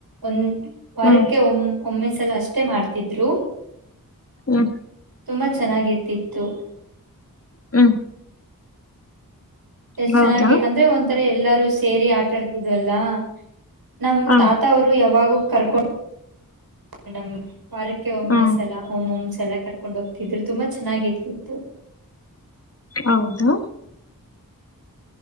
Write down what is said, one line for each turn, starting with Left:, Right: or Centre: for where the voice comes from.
Right: ಒಂದ್ ವಾರಕ್ಕೆ
Left: ಹ್ಮ್
Right: ಒ ಒಮ್ಮೆ ಸಲ ಅಷ್ಟೇ ಮಾಡ್ತಿದ್ರು
Left: ಹ್ಮ
Right: ತುಂಬಾ ಚೆನ್ನಾಗಿರ್ತಿತ್ತು.
Left: ಹ್ಮ್
Right: ಎಷ್ಟ್
Left: ಹೌದಾ
Right: ಚೆನ್ನಾಗಿ ಅಂದ್ರೆ ಒಂಥರ ಎಲ್ಲಾರು ಸೇರಿ ಆಟ ಆಡ್ತಿದ್ವಲ್ಲಾ ನಮ್
Left: ಹ
Right: ತಾತ ಅವರು ಯಾವಾಗ ಕರ್ಕೊಂಡ್ ನಮ್ನ್ ವಾರಕ್ಕೆೆ ಒಮ್ಮೆ
Left: ಹ್ಮ್
Right: ಸಲ ಒಮ್ ಒಮ್ ಸಲ ಕರ್ ಕೊಂಡ ಹೋಗ್ತಿದ್ರು ತುಂಬಾ ಚೆನ್ನಾಗಿರ್ತಿತ್ತು.
Left: ಹೌದಾ